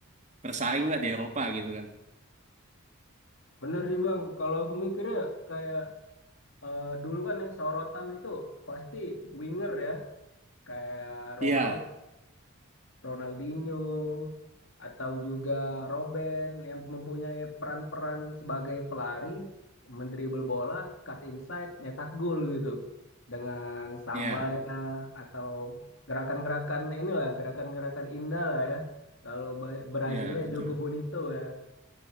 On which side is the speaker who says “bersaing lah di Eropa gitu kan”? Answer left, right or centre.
Right